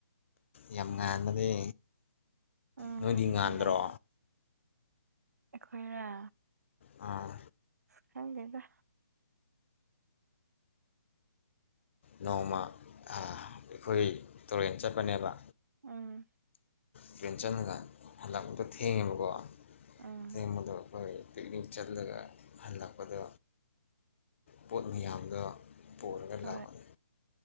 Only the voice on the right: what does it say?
ꯎꯝ
ꯎꯝ
ꯌꯥꯝ ꯑꯩꯈꯣꯏꯔ
ꯈꯪꯗꯦꯗ
ꯎꯝ
ꯎꯝ
ꯍꯣꯏ